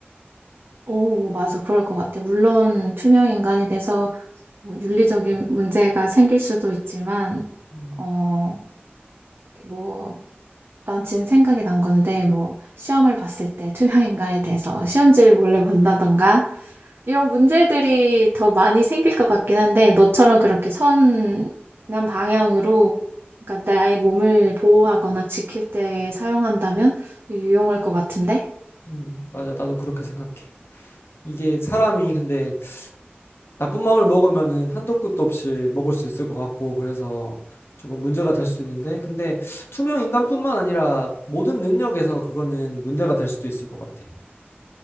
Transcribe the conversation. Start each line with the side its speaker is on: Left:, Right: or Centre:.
Right: 오, 맞아. 그럴 것 같아. 물론, 투명 인간이 돼서 뭐 윤리적인 문제가 생길 수도 있지만,
Left: 음,
Right: 어, 뭐, 난 지금 생각이 난 건데, 뭐, 시험을 봤을 때 투명 인간이 돼서 시험지를 몰래 본다던가, 이런 문제들이 더 많이 생길 것 같긴 한데, 너처럼 그렇게 선한 방향으로, 그러니까 나의 몸을 보호하거나 지킬 때 사용한다면 유용할 것 같은데?
Left: 음, 맞아. 나도 그렇게 생각해. 이게 사람이 근데 나쁜 마음을 먹으면은 한도 끝도 없이 먹을 수 있을 것 같고 그래서 조금 문제가 될 수 있는데 근데 투명 인간뿐만 아니라 모든 능력에서 그거는 문제가 될 수도 있을 것 같아.